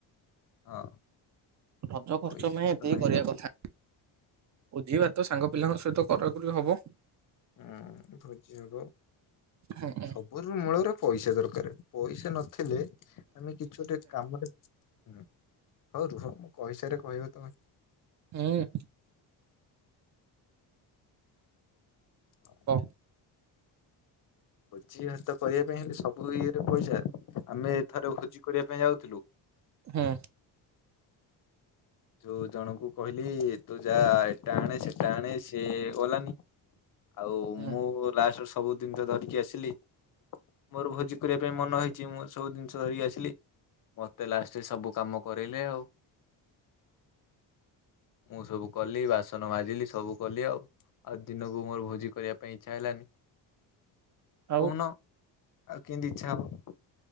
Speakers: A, on the left (about 40°); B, on the right (about 35°).
A: ହଁ।
B: ରଜ
A: ପଇସା
B: ଖର୍ଚ୍ଚ ପାଇଁ
A: ପତ୍ର
B: ଏତିକି
A: ନାହିଁ
B: କରିବା କଥା। ବୋଝି ଭାତ ସାଙ୍ଗ ପିଲାଙ୍କ ସହିତ କରା କଲେ ହବ?
A: ଉଁ ଭୋଜି ହବ!
B: ଆଜ୍ଞା।
A: ସବୁରୁ ମୂଳରେ ପଇସା ଦରକାରେ ପଇସା ନଥିଲେ ଆମେ କିଛି ଗୋଟେ କାମରେ ହୁଁ ହଉ ରୁହ ମୁଁ କହିସାରେ କହିବ ତମେ।
B: ହୁଁ।
A: ହଉ।
B: ହ
A: ଭୋଜି ଭାତ କରିବା ପାଇଁ ହେଲେ ସବୁ ଇଏରେ ପଇସା ଆମେ ଏଥର ଭୋଜି କରିବା ପାଇଁ ଯାଉଥିଲୁ
B: ହଁ।
A: ଯୋଉ ଜଣଙ୍କୁ କହିଲି ତୁ ଯା ଏଟା ଆଣେ ସେଟା ଆଣେ ସେ ଗଲାନି ଆଉ
B: ହୁଁ
A: ମୁଁ ଲାଷ୍ଟରେ ସବୁ ଦିନିଷ ଧରିକି ଆସିଲି ମୋର ଭୋଜି କରିବା ପାଇଁ ମନ ହେଇଛି ମୁଁ ସବୁ ଜିନିଷ ଧରିକି ଆସିଲି ମତେ ଲାଷ୍ଟରେ ସବୁ କାମ କରେଇଲେ ଆଉ ମୁଁ ସବୁ କଲି ବାସନ ମାଜିଲି ସବୁ କଲି ଆଉ ଆଉ ଦିନକୁ ମୋର ଭୋଜି କରିବା ପାଇଁ ଇଚ୍ଛା ହେଲାନି।
B: ଆଉ
A: କହୁନ ଆଉ କେମିତି ଇଚ୍ଛା ହବ?